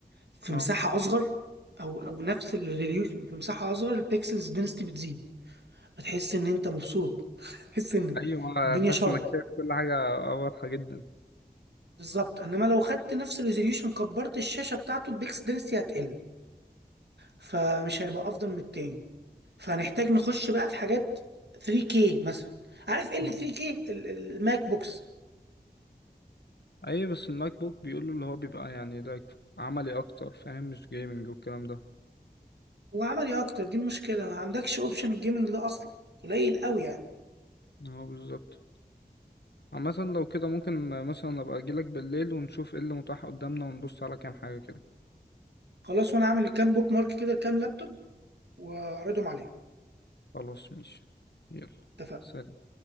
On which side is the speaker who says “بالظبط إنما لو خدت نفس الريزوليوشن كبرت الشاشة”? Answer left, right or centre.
Right